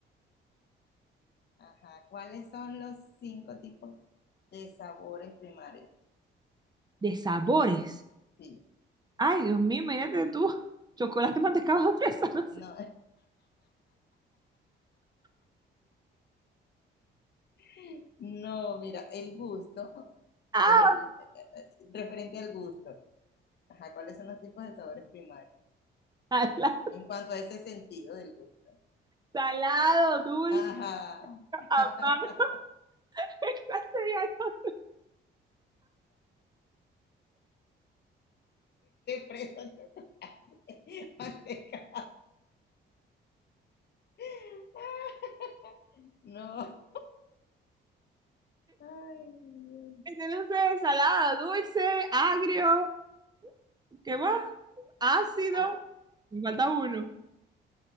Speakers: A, on the left; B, on the right.
A: Ajá, ¿cuáles son los cinco tipos de sabores primarios?
B: De sabores.
A: Sí,
B: Ay, Dios mío, imagínate tú. Chocolate, mantecado, <laughs> fresa, no sé.
A: no, <laughs> no, mira, el gusto
B: Ah,
A: es el referente al gusto. Ajá, ¿cuáles son los tipos de sabores primarios?
B: Salado,
A: En cuanto a ese sentido del gusto.
B: salado, dulce,
A: Ajá, <laughs>
B: amargo. <laughs> ¿Qué clase de algo?
A: preso yo. <laughs> <laughs> No. Ay, Dios.
B: este, no sé, salado, dulce, agrio. ¿Qué más? Ácido.
A: Ah,
B: Me falta uno.